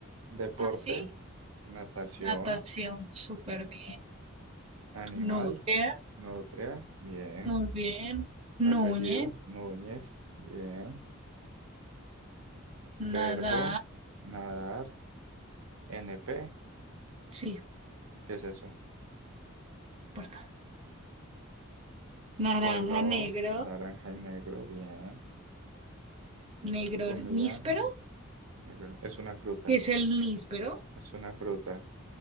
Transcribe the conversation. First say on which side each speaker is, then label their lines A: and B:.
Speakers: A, on the right; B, on the right.
A: deporte,
B: Ah, sí.
A: natación,
B: Natación, súper bien.
A: animal,
B: Nutria,
A: nutria, bien,
B: muy bien. Núñez,
A: apellido, Núñez, bien,
B: nada.
A: verbo, nadar, N P
B: Sí, no
A: ¿qué es eso?
B: importa. Naranja
A: Color
B: negro,
A: naranja y negro, bien.
B: negro
A: Comida
B: níspero,
A: negro. Es una fruta.
B: que es el níspero,
A: Es una fruta.